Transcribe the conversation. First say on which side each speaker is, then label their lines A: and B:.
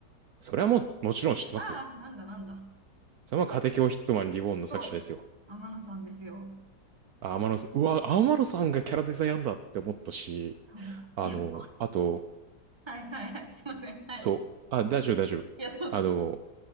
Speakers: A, on the right; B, on the right.
A: それはもう、もちろん知ってますよ。
B: ああー、なんだなんだ。
A: それはカテキオヒットマンリボーンの作者ですよ。
B: そう。天野さんですよ。
A: あ天野さん、うわ、天野さんがキャラデザやんだって思ったし、
B: そう。
A: あの、
B: いや、これ。
A: あと、
B: はいはいはい。すいません。はい。
A: そう。あ、大丈夫、大丈夫。
B: いや、どうぞどうぞ。
A: あの、